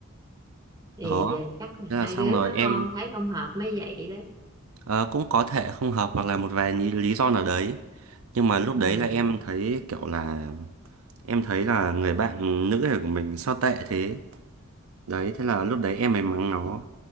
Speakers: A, on the right (about 20°); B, on the right (about 90°).
A: thì
B: Đó,
A: chắc là
B: thế là
A: hai
B: xong
A: đứa
B: rồi
A: nó
B: em
A: không thấy không hợp mới vậy đó
B: à, cũng có thể không hợp hoặc là một vài lý lý do nào đấy. Nhưng mà lúc
A: ừ.
B: đấy là em thấy kiểu là em thấy là người bạn nữ này của mình sao tệ thế. Đấy, thế là lúc đấy em mới mắng nó.